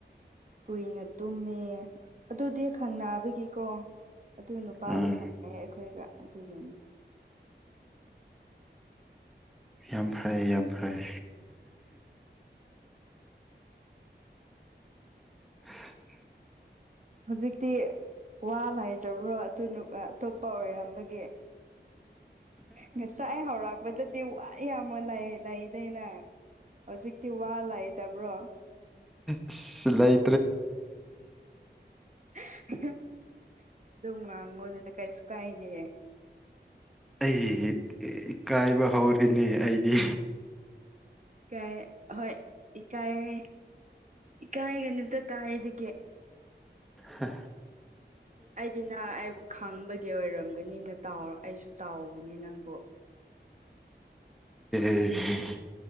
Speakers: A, on the right (about 40°); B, in the centre.
A: ꯀꯨꯏꯅ ꯇꯨꯝꯃꯦ ꯑꯗꯨꯗꯤ ꯈꯪꯅꯕꯒꯤꯀꯣ ꯑꯗꯨ ꯅꯨꯄꯥꯗꯤ
B: ꯑꯥ
A: ꯈꯪꯉꯩꯦ ꯑꯩꯈꯣꯏꯒ ꯑꯗꯨꯒꯤꯅꯤ
B: ꯌꯥꯝ ꯐꯩ ꯌꯥꯝ ꯐꯩ <unintelligible>
A: ꯍꯧꯖꯤꯛꯇꯤ ꯋꯥ ꯂꯩꯥꯏꯇꯕ꯭ꯔꯣ ꯑꯗꯨ ꯑꯇꯣꯞꯄ ꯑꯣꯏꯔꯝꯕꯒꯦ ꯉꯁꯥꯏ ꯍꯧꯔꯛꯄꯗꯗꯤ ꯑꯩꯌꯥꯝꯕ ꯂꯩꯗꯅꯦ ꯍꯧꯖꯤꯛꯇꯤ ꯋꯥ ꯂꯩꯇꯕ꯭ꯔꯣ
B: ꯁꯤꯂꯥꯏ
A: <inaudible> ꯑꯗꯨꯝ ꯉꯥꯡꯒꯣꯗꯨꯅ ꯀꯩꯁꯨ ꯀꯥꯏꯅꯦꯌꯦ
B: ꯑꯩ ꯏꯀꯥꯏꯕ ꯍꯧꯔꯤꯅꯦ ꯑꯩꯗꯤ
A: ꯀꯥꯏ ꯍꯣꯏ ꯏꯀꯥꯏꯔꯦ ꯏꯀꯥꯏꯒꯅꯤꯇ ꯀꯥꯏꯒꯦ
B: ꯍꯥ
A: ꯑꯩꯗꯤ ꯅ ꯑꯩꯕꯨ ꯈꯪꯕꯒꯤ ꯑꯣꯏꯔꯝꯒꯅꯤꯅ ꯇꯥꯎꯔ ꯑꯩꯁꯨ ꯇꯥꯎꯕꯅꯤ ꯅꯪꯕꯨ
B: ꯏꯁ